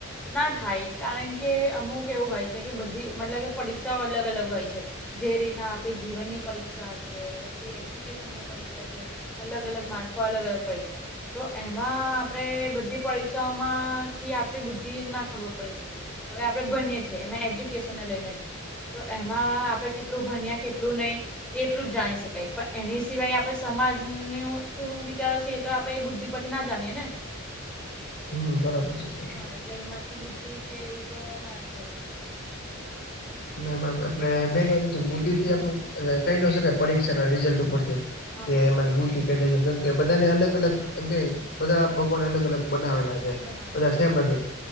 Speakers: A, in the centre; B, on the left.
A: ના થાય કારણ કે અમુક એવું હોય છે કે બધી મતલબ કે પરીક્ષાઓ અલગ અલગ હોય છે જે રીતના આપે જીવનની પરીક્ષા છે પછી એજ્યુકેશન ની પરીક્ષા છે અલગ અલગ માર્ક અલગ અલગ પરીક્ષા તો એમાં આપડે બધી પરીક્ષાઓમાં થી આપડી બુદ્ધિ ના ખબર પડી શકે. હવે આપડે ભળીએ છીએ એમાં એજ્યુકેશન ને લઈને છે તો એમાં આપડે કેટલું ભણ્યા કેટલું નહી એટલું જ જાણી શકાય પણ એની સિવાય આપડે સમાજનું શું વિચારો છે તો આપડે એ બુધ્ધિ પર ના જાણીએ ને
B: હમ્મ, બરાબર છે. બરાબર
A: હા, એટલે એમાંથી બુદ્ધિ છે એવું તો ના કહી શકાય.
B: ના બરોબર એટલે મેન વાત છે બુધ્ધિ તે આપડે કહી ન શકાય પરીક્ષા ના‌ રિઝલ ઉપરથી
A: હા
B: કે
A: હા
B: એમાં બુધ્ધિ એટલે કે કેમ કે બધાને અલગ અલગ એમ કે બધા ભગવાને અલગ અલગ બનાવેલા છે.
A: બનાવેલા
B: બધા સેમ નથી